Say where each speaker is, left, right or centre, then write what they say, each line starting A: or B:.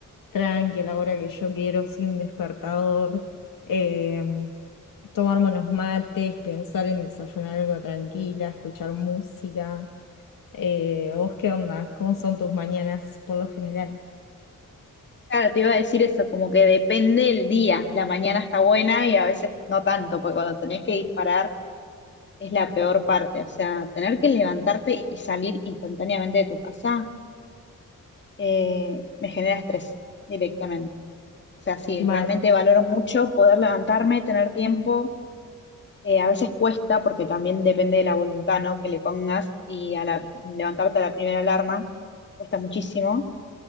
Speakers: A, on the left; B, on the left.
A: tranqui a la hora que yo quiero, sin despertador, eh, tomarme unos mates, pensar en desayunar algo tranquila, escuchar música. Eh, ¿vos qué onda? ¿Cómo son tus mañanas por lo general?
B: claro, te iba a decir eso, como que depende el día. La mañana está buena y a veces no tanto, porque cuando tenés que disparar es la peor parte. O sea, tener que levantarte y salir instantáneamente de tu casa eh, me genera estrés directamente. O sea, sí,
A: Mal.
B: realmente valoro mucho poder levantarme, tener tiempo. Eh, a veces cuesta porque también depende de la voluntad, ¿no? que le pongas y a la, levantarte a la primera alarma cuesta muchísimo